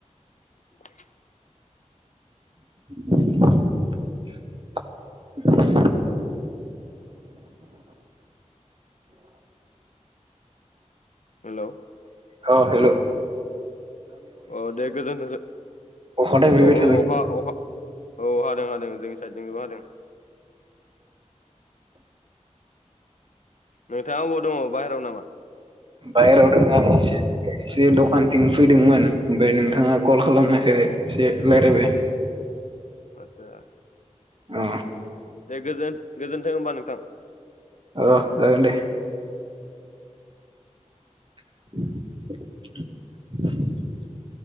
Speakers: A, on the left; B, on the right.
A: <unintelligible>
B: <unintelligible> <unintelligible>
A: हेलौ।
B: अ हेलौ।
A: औ दे गोजोनथोंस
B: अखा थाइफ्रिबाय
A: औ औ
B: थादों
A: अखा अखा औ हादों हादों जोंनि साइदजोंबो हादों। नोंथाङा अबाव दङ बाह्रायाव नामा?
B: बायहेरायाव दङ आं एसे एसे दखानथिं फैदोंमोन। ओमफ्राय नोंथाङा कल खालामनायखौ एसे रायलायबाय।
A: आतसा।
B: अ।
A: दे गोजोन-गोजोन्थों होमबा नोंथां।
B: अ जागोन दे। <unintelligible> <unintelligible>